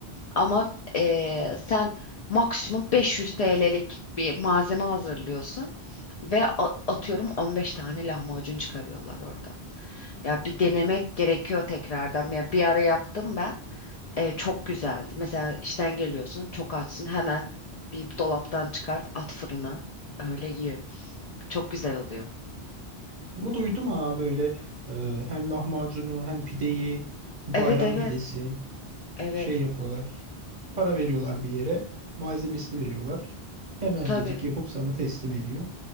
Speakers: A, on the left (about 55°); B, on the right (about 45°).
A: Ama ee, sen maksimum 500 TL'lik bir malzeme hazırlıyorsun ve a- atıyorum 15 tane lahmacun çıkarıyorlar orada. Ya bir denemek gerekiyor tekrardan. Ya bir ara yaptım ben. E, çok güzeldi. Mesela işten geliyorsun, çok açsın hemen bir dolaptan çıkart, at fırına. Öyle ye. Çok güzel oluyor.
B: Onu duydum ha böyle e, hem lahmacunu hem pideyi bayram
A: Evet evet
B: pidesi
A: evet
B: şey yapıyorlar. Para veriyorlar bir yere. Malzemesini veriyorlar. Hemencecik
A: tabii.
B: yapıp sana teslim ediyor.